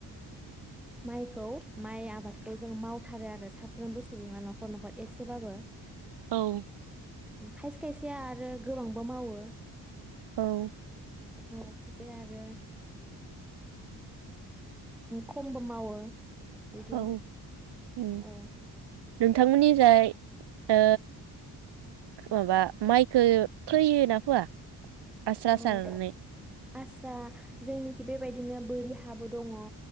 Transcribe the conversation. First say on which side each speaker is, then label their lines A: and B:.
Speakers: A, in the centre; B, on the right (about 80°).
A: माइखौ माइ आबादखौ जों मावथारो आरो साफ्रोमबो सुबुङा न'खर न'खर। एसेबाबो।
B: औ
A: खायसे खायसेया आरो गोबांबो मावो।
B: औ।
A: औ अखायजों आरो खमबो मावो। बिदि
B: औ उम
A: आरो
B: नोंथांमोननि जाय ओ। माबा माइखो फोयोना फोया? आस्रा
A: औ
B: सारनानै।
A: अ आस्रा जोंनिखि बेबायदिनो बोरि हाबो दङ। ओ